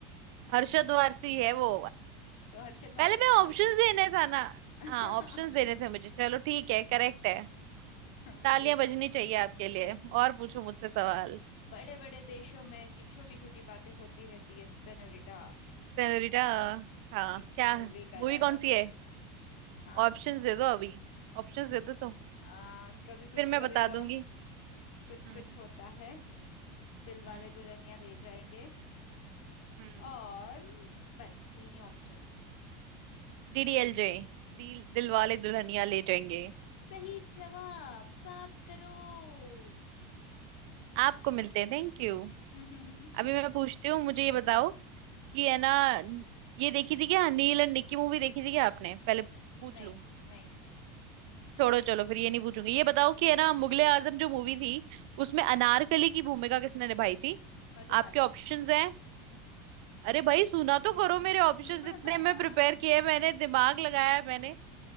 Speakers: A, on the right; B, on the left.
A: हर्षद वारसी है वो
B: तो हर्षद वारसी
A: पहले मैं
B: बोला
A: ऑप्शंस देने था ना
B: <laughs>
A: हाँ ऑप्शंस देने थे मुझे चलो ठीक है करेक्ट है
B: हाँ
A: तालियां
B: ठीक
A: बजनी चाहिए आपके लिए और पूछो मुझसे सवाल
B: बड़े बड़े देशों में ऐसी छोटी छोटी बातें होती रहती है सेनोरिटा
A: रिटा हाँ
B: किस
A: क्या
B: मूवी
A: मूवी
B: का डायलॉग
A: कौन सी
B: है
A: है
B: हाँ
A: ऑप्शंस दे दो अभी ऑप्शंस दे दो तो
B: आ, कभी खुशी
A: फिर मैं
B: कभी
A: बता
B: गम
A: दूंगी
B: कुछ
A: हम्म
B: कुछ होता है दिल वाले
A: हम्म
B: दुल्हनिया ले जाएंगे
A: हम्म
B: और बस तीन ही ऑप्शन है
A: डीडीएलजे दिल दिलवाले दुल्हनिया ले जाएंगे
B: सही जवाब सात करोड़
A: आपको मिलते हैं थैंक यू
B: <laughs> हम्म,
A: अभी मैं पूछती हूँ मुझे ये बताओ कि है ना ये देखी थी क्या नील एंड निक्की मूवी देखी थी क्या आपने पहले पूछ
B: नहीं
A: लूं
B: नहीं नहीं
A: छोड़ो चलो फिर ये नहीं पूछूंगी ये बताओ कि है ना मुगले आजम जो मूवी थी उसमें अनारकली की भूमिका किसने निभाई थी
B: मधुबाला
A: आपके ऑप्शंस हैं अरे भाई सुना तो करो मेरे ऑप्शंस
B: <laughs>
A: इतने मैं प्रिपेयर किए मैंने दिमाग लगाया है, मैंने